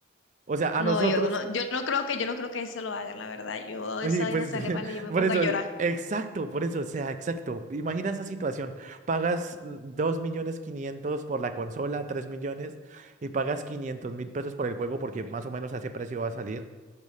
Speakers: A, on the right (about 40°); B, on the left (about 75°).
A: O sea, a
B: No,
A: nosotros,
B: yo no, yo no creo que, yo no creo que eso lo hagan, la verdad. Yo esa
A: y
B: vaina
A: pues
B: sale
A: <laughs>
B: mal y yo me
A: por
B: pongo
A: eso,
B: a llorar.
A: exacto, por eso, o sea, exacto. Imagina esa situación, pagas mm, 2 millones 500 por la consola, 3 millones, y pagas quinientos mil pesos por el juego porque más o menos a ese precio va a salir,